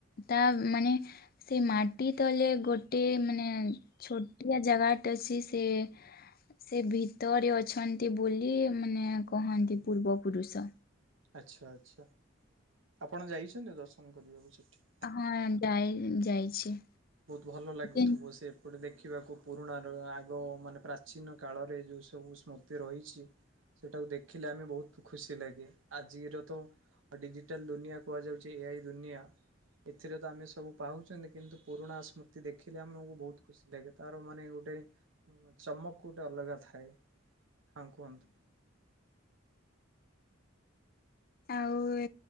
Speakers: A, on the left; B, on the right.
A: ତା ମାନେ ସେ ମାଟି ତଲେ ଗୋଟେ ମାନେ ଛୋଟିଆ ଜାଗାଟେ ଅଛି। ସେ ସେ ଭିତରେ ଅଛନ୍ତି ବୋଲି ମାନେ କହନ୍ତି ପୂର୍ବପୁରୁଷ।
B: ଆଚ୍ଛା ଆଚ୍ଛା। ଆପଣ ଯାଇଛନ୍ତି ଦର୍ଶନ କରିବାକୁ ସେଠି?
A: ହଁ ଡାଇଲ ଯାଇଛି।
B: ବହୁତ ଭଲ ଲାଗୁଥିବ
A: କିନ୍-
B: ସେ ଗୋଟେ ଦେଖିବାକୁ ପୁରୁଣା ର ଆଗ ମାନେ ପ୍ରାଚୀନ କାଳରେ ଯୋଉ ସବୁ ସ୍ମୃତି ରହିଛି। ସେଇଟାକୁ ଦେଖିଲେ ଆମେ ବହୁତ ଖୁସି ଲାଗେ। ଆଜିର ତୁ ଆଉ ଡିଜିଟାଲ ଦୁନିଆ କୁହାଯାଉଛି ଏଆଇ ଦୁନିଆ। ଏଥିରେ ତ ଆମେ ସବୁ ପାହୁଛନ୍ତି କିନ୍ତୁ ପୁରୁଣା ସ୍ମୃତି ଦେଖିଲେ ଆମକୁ ବହୁତ ଖୁସି ଲାଗେ। ତାର ମାନେ ଗୋଟେ ଚମକ ଗୋଟେ ଅଲଗା ଥାଏ। ହଁ କୁହନ୍ତୁ?
A: ଆଉଏ